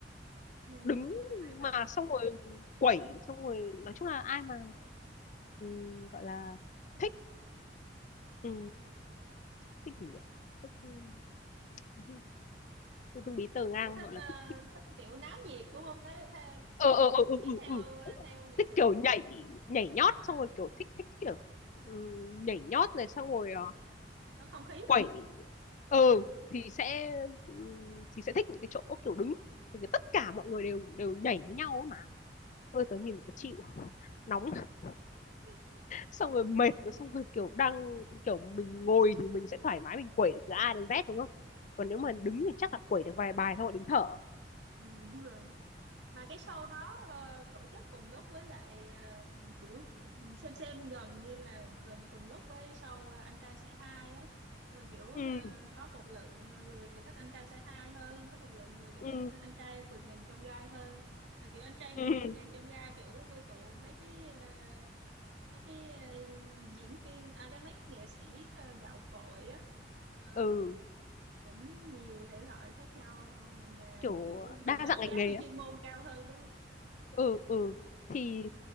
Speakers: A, on the right (about 75°); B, on the left (about 45°).
A: ừ.
B: đứng
A: Hay thật.
B: mà xong rồi quẩy xong rồi nói chung là ai mà ừ, gọi là thích ừ, thích gì nhỉ thích ừ, <laughs> ừ, ừ, dung bí tờ ngang
A: Kiểu thích
B: gọi
A: ờ,
B: là thích thích
A: thích kiểu náo nhiệt đúng không? Theo theo
B: ờ ờ ờ ừ, ừ,
A: theo
B: ừ,
A: theo nghệ
B: thích
A: sĩ
B: kiểu
A: á.
B: nhảy nhảy nhót
A: À,
B: xong rồi kiểu thích thích kiểu ừ, nhảy nhót này xong rồi uh,
A: có không khí
B: quẩy
A: hơn.
B: ừ
A: Ừ.
B: thì sẽ ừ, thì sẽ thích những cái chỗ kiểu đứng Thì tất cả mọi người đều đều nhảy với nhau ấy mà ôi tớ nhìn tớ chịu nóng <laughs>
A: <laughs>
B: xong rồi mệt rồi xong rồi kiểu đang kiểu mình ngồi thì mình sẽ thoải mái mình quẩy được từ A đến Z đúng không còn nếu mà
A: Ừ,
B: đứng thì chắc là quẩy được vài bài xong rồi đứng thở
A: ừ, đúng rồi. mà cái show đó ờ, tổ chức cùng lúc với lại ờ, kiểu xem xem gần như là gần cùng lúc với show ờ, anh trai say hi á nhưng mà kiểu
B: ừ
A: ờ, có một lượng người thì thích anh trai say hi hơn có một lượng người thì
B: ừ
A: thích anh trai vượt ngàn chông gai hơn mà kiểu anh trai
B: ừ
A: vượt ngàn chông gai kiểu quy tụ mấy cái ờ, mấy cái ờ, diễn viên à cái mấy cái nghệ sĩ ờ, gạo cội á Ờ,
B: ừ
A: cũng nhiều thể loại khác nhau mà
B: kiểu
A: kiểu
B: đa
A: được đánh
B: dạng ngành
A: giá
B: nghề
A: về
B: á
A: chuyên môn cao hơn đúng không?
B: ừ ừ thì